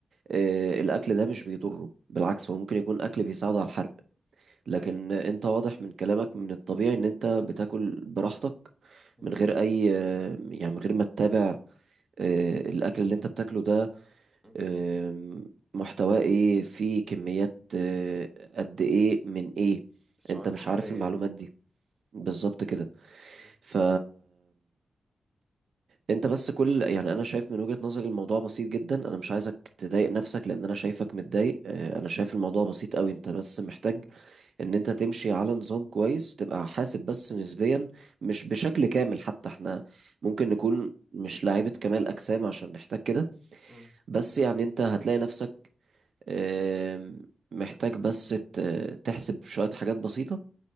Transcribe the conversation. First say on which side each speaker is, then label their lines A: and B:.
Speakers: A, on the right; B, on the right.
A: آه، الأكل ده مش بيضره بالعكس هو ممكن يكون أكل بيساعده على الحرق لكن
B: ايوه
A: أنت واضح من كلامك من الطبيعي إن أنت بتاكل براحتك
B: مم.
A: من غير أي آه، يعني من غير ما تتابع آه، الأكل اللي أنت بتاكله ده
B: مم.
A: آم، محتواه ايه فيه كميات آه، قد ايه من ايه
B: السعوات
A: انت مش
B: الحرارية
A: عارف المعلومات دي بالظبط كده
B: مم.
A: ف انت بس كل يعني انا شايف من وجهة نظري الموضوع بسيط جدا انا مش عايزك تضايق نفسك لان انا شايفك متضايق آه، انا شايف الموضوع بسيط قوي انت بس محتاج
B: مم.
A: ان انت تمشي على نظام كويس تبقى حاسب بس نسبيا مش بشكل كامل حتى احنا ممكن نكون مش لاعيبة كمال اجسام عشان نحتاج كده
B: مم.
A: بس يعني انت هتلاقي نفسك آم، محتاج بس ت- تحسب شوية حاجات بسيطة